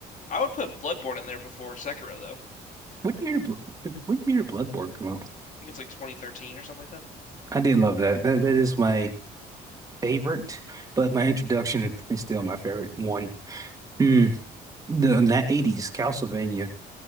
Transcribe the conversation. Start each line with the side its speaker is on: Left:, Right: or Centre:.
Left: I would put Bloodborne in there before Sekiro though. I
Right: What year did Bl- what year did Bloodborne come out?
Left: think it's like 2013 or something like that.
Right: I did love that. That that is my favorite, but my introduction is still my favorite one. Hmm. The in that 80s Castlevania